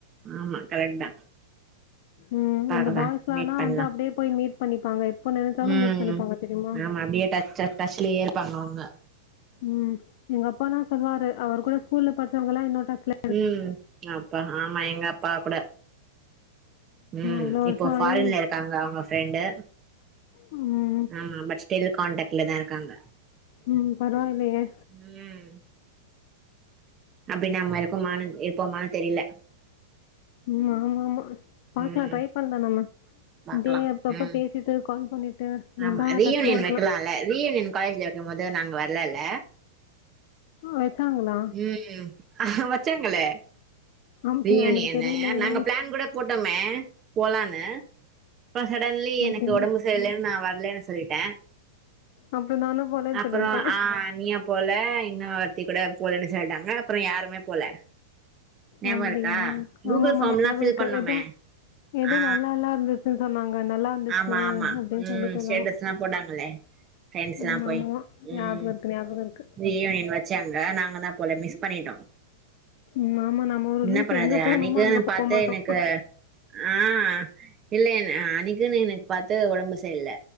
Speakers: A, on the right; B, on the left.
A: ஆமா கரெக்ட் தா
B: ம்
A: பாக்கலா
B: இந்த பாய்ஸ்லானா
A: மீட் பண்லா
B: வந்தா அப்டியே போய் மீட் பண்ணிப்பாங்க எப்ப நெனச்சாலு
A: ம்
B: மீட் பண்ணிப்பாங்க தெரியுமா
A: ஆமா அப்டியே <unintelligible> டச்லயே இருப்பாங்க அவுங்க
B: ம் எங்க அப்பால்லா சொல்லுவாரு அவரு கூட ஸ்கூல்ல படிச்சவங்கல்லா இன்னு டச்லயே
A: ம் அப்பா ஆமா எங்க அப்பா கூட ம்
B: அவ்ளோ வருஷோ
A: இப்போ ஃபாரின்ல
B: ஆயி
A: இருக்காங்க அவுங்க ஃப்ரெண்டு
B: ம்
A: ஆ பட் ஸ்டில் கான்டாக்ட்ல தா இருக்காங்க
B: ம் பரவாயில்லையே
A: ம் அப்டின் நம்ம இருக்கோம்மானு இருப்போமானு தெர்ல
B: ம் ஆமா ஆமா பாக்கலா
A: ம்
B: ட்ரை பண்லா நம்ம
A: பாக்கலா
B: டே அப்பப்ப
A: ம்
B: பேசிட்டு கால் பண்ணிட்டு இருந்தா
A: ஆமா ரீயூனியன்
B: டச்ல இருக்கலா
A: வைக்கலால்ல ரீயூனியன் காலேஜ்ல வைக்கும் போது நாங்க வரலல்ல
B: வச்சாங்களா
A: ம் வச்சாங்களே
B: அப்டியா
A: ரீயூனியனு
B: எனக்கு தெரியலையே
A: நாங்க பிளான் கூட போட்டோமே போலான்னு பொ சடன்லி
B: அப்டியா
A: எனக்கு உடம்பு லன்னு நா வரலன்னு சொல்லிட்டே
B: அப்றோ நானு போலன்னு
A: அப்றோ
B: சொல்லிருப்பே
A: ஆ இனியா போல இன்னு ஆர்த்தி கூட போலன்னு சொல்லிட்டாங்க அப்றோ யாருமே போல ஞாபகோ
B: அப்டியா
A: இருக்கா கூகுள்
B: ஆமாமா
A: ஃபார்ம்லா
B: ஞாபகொருக்கு
A: ஃபில் பண்ணோமே
B: ஏதோ எதோ
A: ஆ
B: நல்லால்லா இருந்து அப்பின்னு சொன்னாங்க நல்லாருந்துச்சு
A: ஆமா ஆமா
B: அப்டின்னு
A: ம்
B: சொல்லிட்டுருந்தாங்க
A: ஸ்டேட்டஸ்லா போட்டாங்களே ஃப்ரெண்ட்ஸ்லா
B: ம்
A: போய்
B: ஆமா
A: ம்
B: ஞாபகோருக்கு ஞாபகோருக்கு
A: ரீயூனியன் வச்சாங்க நாங்க தா போல மிஸ் பண்ணிட்டோ
B: ம் ஆமா நம்ம ஒரு
A: என்ன
B: லூசு
A: பண்றது
B: எங்க போணுமோ
A: அன்னிக்குனு
B: அங்க போமாட்டோ
A: பாத்து எனக்கு ஆ இல்லல்ல அன்னிக்குன்னு எனக்கு பாத்து உடம்பு சரியில்ல